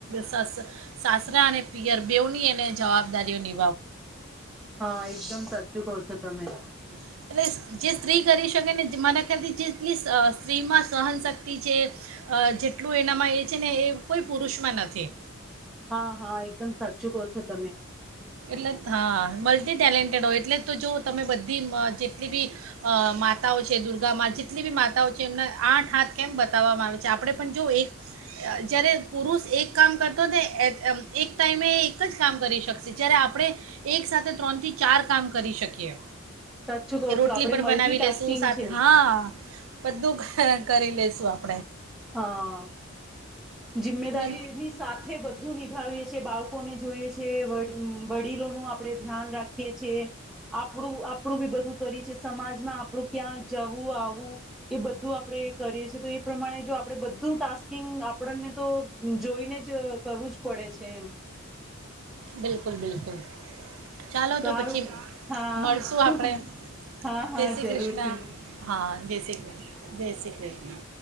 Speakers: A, on the right (about 70°); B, in the centre.
A: સ સાસરા અને પિયર બેવની એને જવાબદારીઓ નિ
B: હા એકદમ સાચ કહો છો તમે
A: એટલે જે સ્ત્રી કરી શકે ને મારા ખ્યાથી જેટલી સ્ત્રીમાં સહનશક્તિ છે અ જેટલું એનામાં એ છે ને એ કોઈ પુરુષમાં નથી
B: હા હા એકદમ સાચું કહો છો તમે
A: એટલે હા મલ્ટી ટેલેન્ટેડ હોય એટલે તો જો તમે બધી જેટલી બી અ માતાઓ છે દુર્ગા ગામાં જેટલી બી માતાઓ છે એમને આઠ હાથ કેમ બતાવવામાં આવે છે આપણે પણ જો એક અ જ્યારે પુરુષ એક કામ કરતો હોય ને એ એક ટાઈમે એક જ કામ કરી શકશે જયારે આપણે એક સાથે ત્રણ થી ચાર કામ કરી શકીએ
B: સાચું કહો
A: કે રોટલી
B: છો આપડે
A: પણ
B: મલ્ટીટાસ્કિંગ
A: બનાવી લેશું સાથે
B: છે
A: હા બધું કરી લેશું આપ
B: હા જિમ્મેદારી
A: ને
B: ની સાથે બધું નિભાવીએ છીએ બાળ કો ને જોઈએ છે વડીલોનું આપણે ધ્યાન રાખીએ છે આપણું આપણું બી બધું કરી છ સમાજમાં આપણું ક્યાં જવું આવું એ બધું આપણેે કરીએ છેએ તોએ પ્રમાણે જો આપણે બધું ટાસ્ક કિંગ આપણને તો જોઈને જ કરવું જ પડે છે એમ
A: બિલકુલ બિલકુલ. ચાલો
B: સારું
A: તો પછી
B: હા
A: મળશું આપણે
B: હા
A: જય
B: હા
A: શ્રી
B: જરૂરથી
A: કૃષ્ણ, હા જય શ્રી કૃષ્ણ, જય શ્રી કૃષ્ણ.